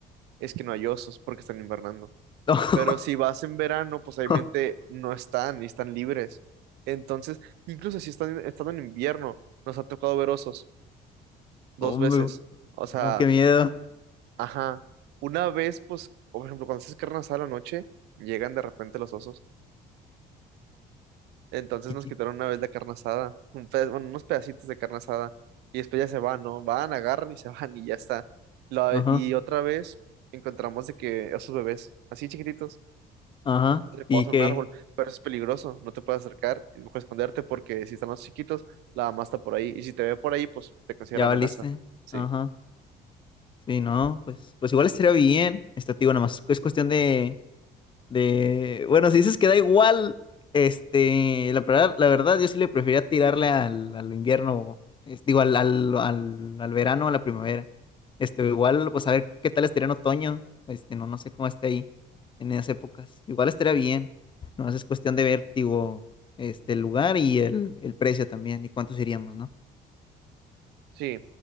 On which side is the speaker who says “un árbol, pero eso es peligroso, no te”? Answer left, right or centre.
Right